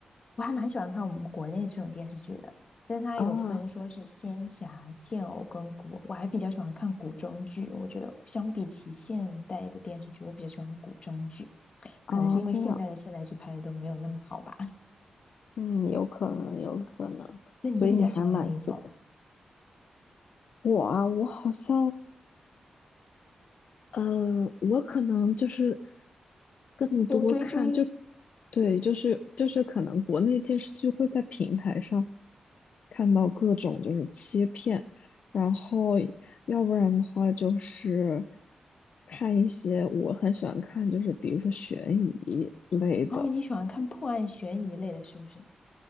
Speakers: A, on the left; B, on the left.
A: 我还蛮喜欢看我们国内这种电视剧的，但它有分说是仙侠、
B: 啊，
A: 现偶跟古偶，我还比较喜欢看古装剧。我觉得相比起现代的电视剧，我比较喜欢古装剧，
B: 啊，
A: 可能是因为现代的现代剧拍的都没有那么好吧。
B: 这样，嗯，有可能，有可能，
A: 那你比较喜欢哪一种？
B: 所以你还蛮喜我啊，我好像呃，我可能就是更多看，
A: 都追追？
B: 就对，就是就是可能国内电视剧会在平台上看到各种就是切片，然后要不然的话就是看一些我很喜欢看，就是比如说悬疑类的。
A: 哦，你喜欢看破案悬疑类的，是不是？